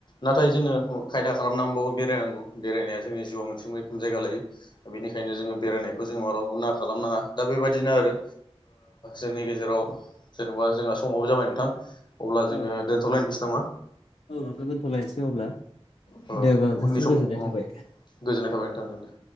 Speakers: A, on the left; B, on the left.
A: नाथाय जोंङो खायदा खालामनांबो बेरायनांगौ बेरायनाया जोंनि जिउआव मोनसे मैखोम जायगा लायो। बेनिखायनो जोंङो बेरायनायखौ जोंङो मालाबाबबो ना खालानो नांङा दा बेबायदिनो आरो जोंनि गेजेराव जेनेबा जोंहा समावबो जाबाय नोंथां। अब्ला जोङो
B: औ नोंथां
A: दोनथ'लायनोसै नामा?
B: औ नोंथां दोनथ'लायनोसै अब्ला
A: अ
B: दे अब्ला नोंथांसिम
A: उननि समाव
B: गोजोननाय
A: अ
B: थाबाय
A: गोजोननाय थाबाय नोंथां दे।